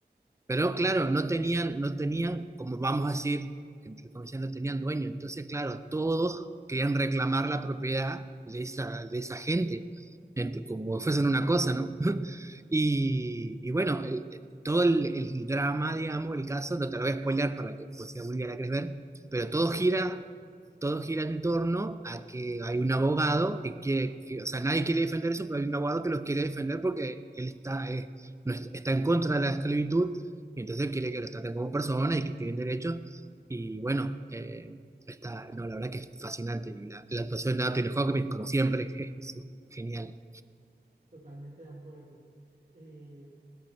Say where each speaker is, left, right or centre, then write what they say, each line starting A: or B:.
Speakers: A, on the right (about 15°); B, on the right (about 45°).
A: Pero claro, no tenían, no tenían, como vamos a decir, entre comillas, no tenían dueño. Entonces, claro, todos querían reclamar la propiedad de esa, de esa gente, entre- como si fuesen una
B: eh,
A: cosa, ¿no? <laughs> Y, y bueno, el- todo el, el drama, digamos, el caso, no te lo voy a spoilear para que pues, si algún día la querés ver,
B: <laughs>
A: pero
B: tranquilo,
A: todo gira, todo gira en torno a que hay un abogado que quiere, que- o sea, nadie quiere defender eso, pero hay un abogado que los quiere defender porque él está, eh, no es- está en contra de la esclavitud y entonces él quiere que los traten como personas y que tienen derechos. Y bueno, eh, está, no, la verdad que es fascinante. Y la, la actuación de Anthony Hopkins, como siempre, <laughs> que es genial.
B: totalmente de acuerdo. Eh,